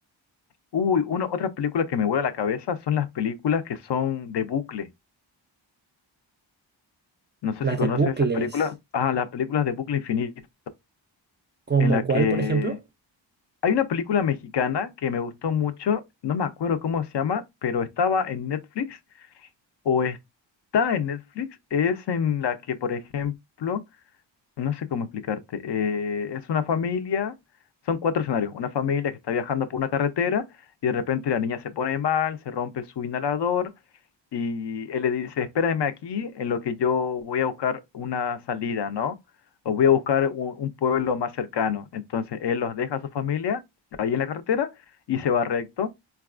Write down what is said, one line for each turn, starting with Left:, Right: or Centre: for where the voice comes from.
Left: Uy, una, otra película que me vuela la cabeza son las películas que son de bucle. No sé
Right: Las
Left: si conoces
Right: de bucles,
Left: esas películas. Ah, las películas de bucle infinito,
Right: ¿como
Left: en la
Right: cuál,
Left: que
Right: por ejemplo?
Left: hay una película mexicana que me gustó mucho, no me acuerdo cómo se llama, pero estaba en Netflix o está en Netflix, es en la que, por ejemplo, no sé cómo explicarte, eh, es una familia, son cuatro escenarios, una familia que está viajando por una carretera y de repente la niña se pone mal, se rompe su inhalador Y él le dice, espérame aquí en lo que yo voy a buscar una salida, ¿no? O voy a buscar un, un pueblo más cercano. Entonces él los deja a su familia ahí en la carretera y se va recto